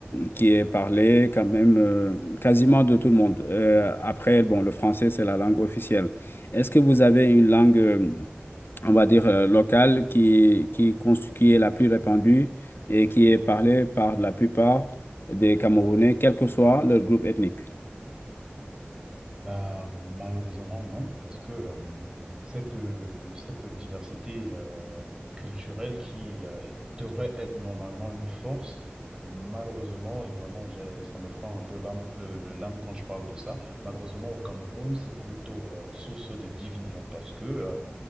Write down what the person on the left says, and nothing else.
qui est parlée quand même euh, quasiment de tout le monde. Euh, après, bon, le français, c'est la langue officielle. Est-ce que vous avez une langue on va dire, euh, locale qui, qui, const- qui est la plus répandue et qui est parlée par la plupart des Camerounais, quel que soit leur groupe ethnique.